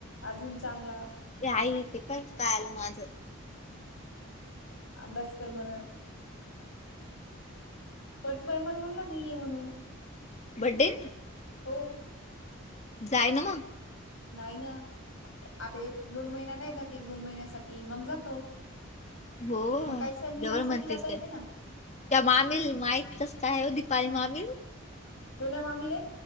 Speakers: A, on the left (about 70°); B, on the left (about 30°).
A: अजून चांगला.
B: ते आईत <unintelligible> काय कायलं माझं.
A: अभ्यास कर म्हणत. परतु बाई मला म्हणू लागलीय म्हणून.
B: बड्डे ला.
A: हो.
B: जाय ना मग.
A: नाही ना, आता एक दोन महिना नाही जात. एक दोन महिन्यासाठी मग जातो.
B: हो
A: मग काही सण गीन
B: डबल
A: असला
B: म्हणतील
A: की जाता
B: त्या
A: येते ना.
B: त्या मामीला माहित कसं काय ओ दीपाली मामील.
A: कोण्या मामीले.